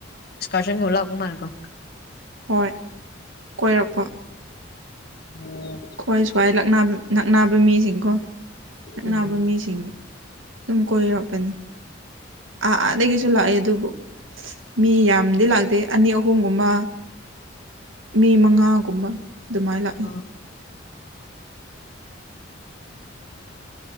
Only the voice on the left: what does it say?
ꯏꯁꯀꯔꯁꯪꯒꯤꯂꯥꯛꯀꯨꯝ ꯃꯥꯔꯀꯣ
ꯑꯣꯝ
ꯎꯝ
ꯑꯣ